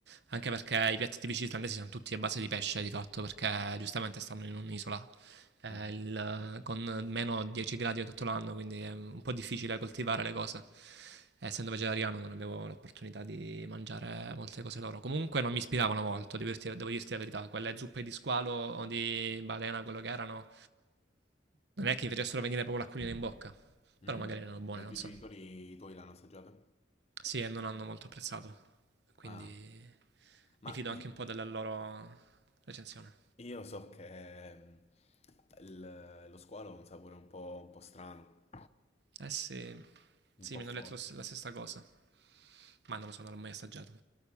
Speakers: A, on the right; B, on the left.
A: Anche perché i piatti tipici islandesi sono tutti a base di pesce di fatto, perché giustamente stanno in un'isola eh,
B: Mm.
A: il- con meno 10 gradi tutto l'anno, quindi è un po' difficile coltivare le cose. Essendo vegetariano non avevo l'opportunità di mangiare molte cose loro. Comunque non mi ispiravano molto, devo dirti, devo dirti la verità. Quelle zuppe di squalo o di balena, quello che erano, non è che mi facessero venire proprio l'acquolina in bocca. Però
B: Mm.
A: magari erano buone,
B: Ma i
A: non
B: tuoi
A: so.
B: genitori, i tuoi l'hanno assaggiata?
A: Sì, e non hanno molto apprezzato, quindi
B: Ah, ma
A: mi fido
B: di-
A: anche un po' della loro recensione.
B: Io so che mm, il- lo squalo ha un sapore un po', un po' strano,
A: Eh sì, sì,
B: un po'
A: mi hanno
B: forte.
A: detto lo s- la stessa cosa, ma non lo so, non l'ho mai assaggiato.